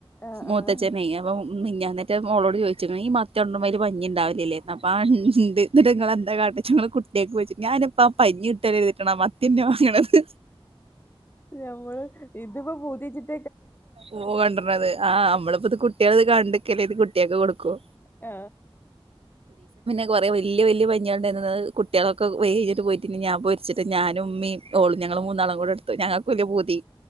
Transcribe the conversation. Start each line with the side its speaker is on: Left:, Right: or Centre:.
Left: ആഹ്
Right: മൂത്തഛൻ
Left: ആഹ്
Right: അപ്പൊ മി ഞാന്ന് ന്റെ ഓളോട് ചോദിച്ച് ക്ക്ണ് മത്തി കൊടുന്നാ വറ്റി പഞ്ഞിഉണ്ടാവില്ലേ അപ്പ അ ആണ്ട് ഇങ്ങൾ എന്ത കാട്ടില് ഇങ്ങൾ കുട്ടിയക്ക് പോരിച്ച് ഞാൻ ഇപ്പോ പഞ്ഞി കിട്ടാൻ എഴുതിട്ടാണ് ആ മത്തിന്നെ വാങ്ങണത്
Left: നമ്മള് ഇതിപ്പോ പുതി വച്ചിട്ട്
Right: ഓ കൊണ്ടിരത് ആ നമ്മളിപ്പത് കുട്ടികൾ ഇത് കണ്ടക്കല്ലേ ഇത് കുട്ടിയക്കെ കൊടുക്കും
Left: ആ
Right: വലിയ വലിയ വലിയ പഞിയാണ്ടായിരുന്നത് കുട്ടികളൊക്കെ വലഇട് പൊരിച്ച്ഞാൻൊരിച്ചിട്ട് ഞാനും ഉമ്മ ഓളും ഞങ്ങള് മൂന്നാളൂടെ ഇടുത്തുഞങ്ങൾക്കുല്ലേപൂതി